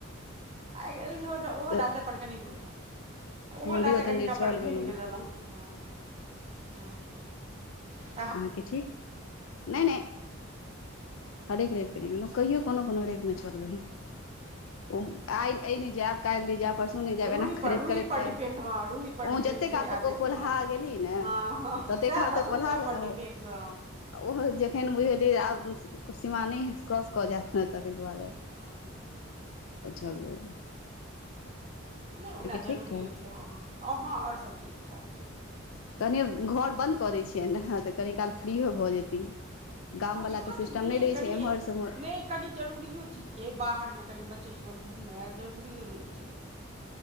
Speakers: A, on the right (about 30°); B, on the left (about 70°).
A: आइ गेल जोत त ऽ ओहो
B: तऽ
A: लाथेऽ अपन कनि घु ओहो
B: मन्दिरो
A: लाथे
B: तन्दिर
A: कनि अपन
B: चलि
A: घुमि
B: गेलहुँ
A: गलेलहुँ ह। ह <inaudible>
B: अहाँके ठीक नै - नै। हरेक रइव के नय गेलहुँ कहियो कोनो- कोनो रइवमे चअल गेलहुँ ओ आइ। ऐ नहि जैब काइल नहि जैब परसु। हम नइ जायब
A: रूही
B: ऐना करैत-
A: पर रूही
B: करैत
A: पर
B: टाइम
A: डिपेंड हँ रूही पर
B: ओ
A: डिपेंड
B: जते
A: जहिया
B: काल तक
A: जे
B: ओ पोलाह
A: हँ
B: गेली ने।
A: हँ हँ
B: ततेक
A: सएह
B: खा
A: बात
B: तो पोलाह
A: हुनका
B: लेलहुॅ।
A: पर डिपेंड हँ
B: ओहो जेखेन बुझलियै आब सीमा नहि क्रॉस कऽ जैत। नइ त, तै दुआरे अ
A: हँ
B: छलहुँ।
A: नै ओना जरूरियो
B: ठीक ठाक
A: छै हँ-हँ आओर हॅ आओर सभ ठीक ठाक छै।
B: कनि घर बन्द करै छियैन ने तऽ कनि काल फ्रीओ भऽ जेती। गाम
A: हँ स्वाभाविक
B: वला तऽ सिस्टम
A: नहिये
B: नहि रहै
A: कनिये
B: छै एम्हर स ओम्हर।
A: नहि कनि जरूरियो छैय गे बाहर मे कनि बच्चो सभक घुमनाइ जरूरियो रहै छै।